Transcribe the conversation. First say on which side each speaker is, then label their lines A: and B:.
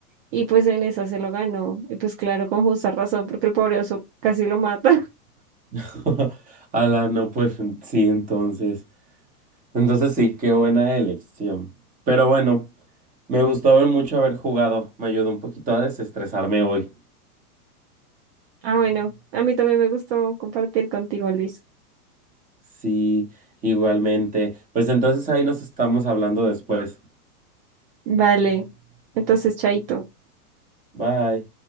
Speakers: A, on the right (about 40°); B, on the right (about 20°).
A: y pues en esa se lo ganó, y pues claro, con justa razón, porque el pobre oso casi lo mata. <laughs>
B: <laughs> Ala, no, pues sí, entonces. Entonces sí, qué buena elección. Pero bueno, me gustó ver mucho haber jugado. Me ayudó un poquito a desestresarme hoy.
A: Ah, bueno, a mí también me gustó compartir contigo, Luis.
B: Sí, igualmente. Pues entonces ahí nos estamos hablando después.
A: Vale, entonces, chaito.
B: Bye.